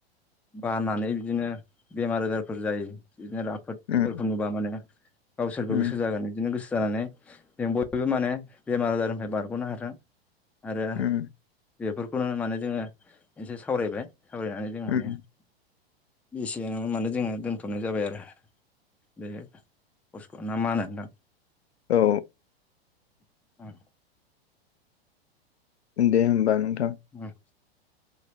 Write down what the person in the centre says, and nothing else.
बानानै बिदिनो बेमार आजारफोर जायो‌ बिदिनो राफोदफोरखौ
नुबा माने गावसोरबो
गोसो जागोन बिदिनो गोसो जानानै जों बयबो माने बेमार आजारनिफ्राय बारगनो हाथों। आरो
बेफोरखौनो माने जोङो एसे सावरायबाय सावरायनानै जों माने
एसेयाव माने जोङो दोन्थ'नाय जाबाय आरो बे खस्क' ना मा होनो दा
उम
उम